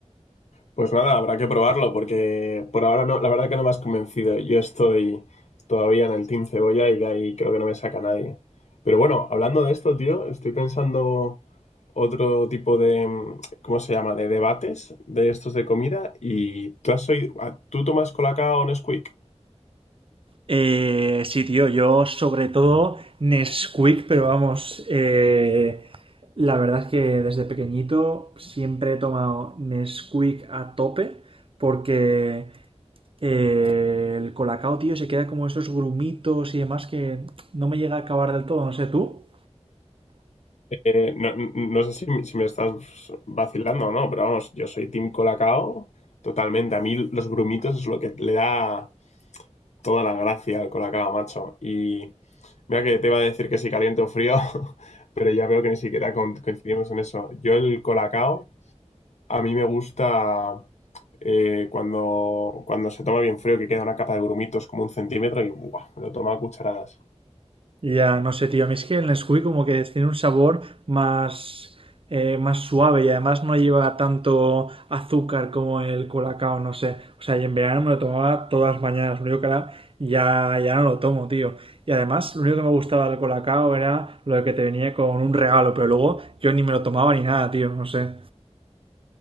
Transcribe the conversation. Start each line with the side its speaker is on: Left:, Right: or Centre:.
Left: Pues nada, habrá que probarlo porque por ahora no, la verdad que no me has convencido. Yo estoy todavía en el Team Cebolla y de ahí creo que no me saca nadie. Pero bueno, hablando de esto, tío, estoy pensando otro tipo de, mm, ¿cómo se llama?, de debates de estos de comida y tú has oído, ah, ¿tú tomas Colacao o Nesquik?
Right: Eh, sí, tío, yo sobre todo Nesquik, pero vamos, eh, la verdad es que desde pequeñito siempre he tomado Nesquik a tope porque eh, el colacao, tío, se queda como esos grumitos y demás que no me llega a acabar del todo, no sé tú.
Left: Eh, no, n- no sé si, me si me estás vacilando o no, pero vamos, yo soy Team Colacao totalmente. A mí los grumitos es lo que le da toda la gracia al Colacao, macho. Y mira que te iba a decir que si caliente o frío, <laughs> pero ya veo que ni siquiera con- coincidimos en eso. Yo el Colacao, a mí me gusta eh, cuando, cuando se toma bien frío, que queda una capa de grumitos como un centímetro y ¡buah! me lo tomaba a cucharadas.
Right: Ya, no sé, tío. A mí es que el Nesquik como que tiene un sabor más, eh, más suave y además no lleva tanto azúcar como el colacao, no sé. O sea, y en verano me lo tomaba todas las mañanas. Lo único que ahora ya, ya no lo tomo, tío. Y además, lo único que me gustaba del colacao era lo que te venía con un regalo, pero luego yo ni me lo tomaba ni nada, tío. No sé.